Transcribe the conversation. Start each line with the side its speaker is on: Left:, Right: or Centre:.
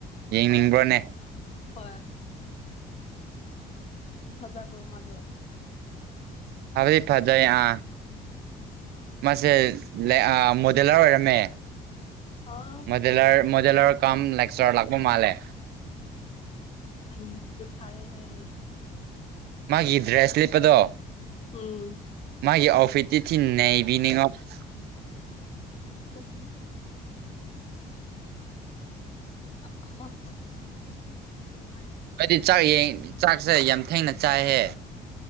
Right: ꯌꯦꯡꯅꯤꯡꯕ꯭ꯔꯣꯅꯦ
Left: ꯍꯣꯏ ꯍꯣꯏ ꯐꯖꯕ꯭ꯔꯣ ꯃꯥꯗꯣ
Right: ꯐꯕꯗꯤ ꯐꯖꯩ ꯑ ꯃꯥꯁꯦ <unintelligible> ꯑ ꯃꯣꯗꯦꯂꯔ ꯑꯣꯏꯔꯝꯃꯦ
Left: ꯑꯣ
Right: ꯃꯣꯗꯦꯂꯔ ꯃꫭ ꯗꯦꯂꯔ ꯀꯝ ꯂꯦꯛꯆꯔ ꯂꯥꯛꯄ ꯃꯥꯜꯂꯦ
Left: ꯅꯪꯒꯤ ꯅꯨꯄꯤꯗꫭ ꯐꯔꯦ ꯍꯦ
Right: ꯃꯥꯒꯤ ꯗ꯭ꯔꯦꯁ ꯂꯤꯠꯄꯗꯣ
Left: ꯎꯝ
Right: ꯃꯥꯒꯤ ꯑꯥꯎꯐꯤꯠꯇꯤ ꯊꯤꯟ ꯅꯩ ꯃꯤꯅꯤ ꯉꯣꯐ
Left: <unintelligible> <unintelligible>
Right: ꯅꯣꯏꯗꯤ ꯆꯥꯛ ꯌꯦꯡ ꯆꯥꯛꯁꯦ ꯌꯥꯝ ꯊꯦꯡꯅ ꯆꯥꯏꯍꯦ